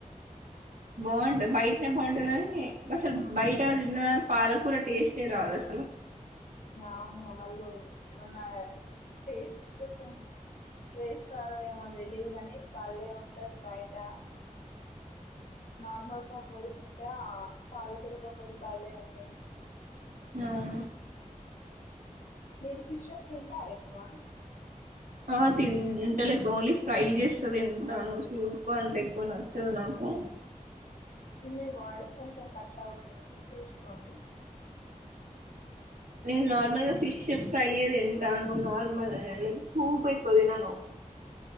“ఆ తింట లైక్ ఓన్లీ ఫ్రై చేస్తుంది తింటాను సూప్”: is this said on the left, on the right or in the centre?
Right